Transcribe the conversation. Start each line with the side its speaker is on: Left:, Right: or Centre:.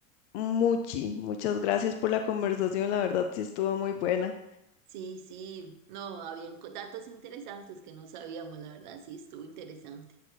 Left: Muchi, muchas gracias por la conversación, la verdad sí estuvo muy buena.
Right: Sí, sí, no, habían co- datos interesantes que no sabíamos, la verdad, sí, estuvo interesante.